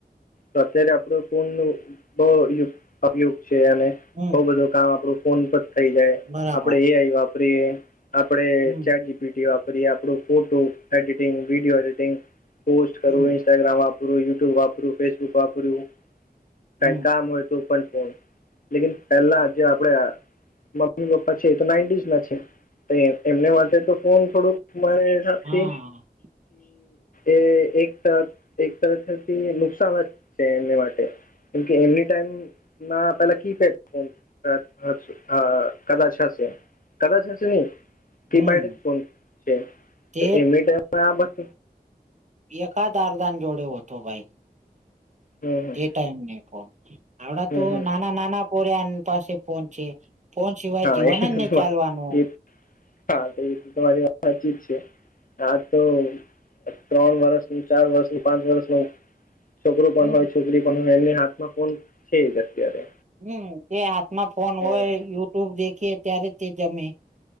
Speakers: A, on the left; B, on the right.
A: તો અત્યારે આપણું ફોન નું બહ ઉપયોગ છે અને
B: હમ
A: બઉ બધું કામ આપણું. ફોન પર થઈ જાય,
B: બરાબર
A: આપણે એ આઈ વાપરીએ, આપણે
B: હમ
A: ચાર વિડીયો વાપરીએ આપણું photo editing video editing post કરવું.
B: હમ
A: ઇન્સ્ટાગ્રામ વાપરું ટ્યુબ વાપરું ફેસબુક વાપરું, કઈ
B: હમ
A: કામ હોય તો. લેકન પેલા જે આપણેે મમ્મી પપ્પા છે એ તો નાઈન્ટીસ ના છે, તો એમને માટે તો ફોન થોડુંકરે
B: હા
A: એ એક એક તરથી નુકાન સમજ છે એમ માટે કેમકે એમની ટાઈમ ના પેલા કી પેડ હા કદાચ હશે કદાચ હશે નહી. કીપેડ
B: હમ
A: જ ફોન છે,
B: તે
A: તો એમની ટાઈમ આ બસ
B: એક દારદાન જોડે હો હતો ભાઈ.
A: હમ હમ.
B: <unintelligible> ફોન આવડા
A: હમ
B: તો
A: હમ
B: નાના નાના પોરિયા પાસે ફોન છે. ફોન સિવાય
A: હા
B: જીવન
A: એ
B: જ
A: તો
B: નહી
A: તમા-
B: ચાલવાનું
A: એ હા તો એ તો તમારી વાત સાચી જ છે આ તો ત્રણ વર્ષનું ચાર વર્ષનું પાંચ વર્ષ નું છોકરું પણ
B: હમ
A: હોય છોકરી પણ એની હાથમાં ફોન છે જ અત્યારે
B: હમ તે હાથમાં ફોન
A: હમ
B: હોય યુટ્યુબ દેખી ત્યારે તે જમે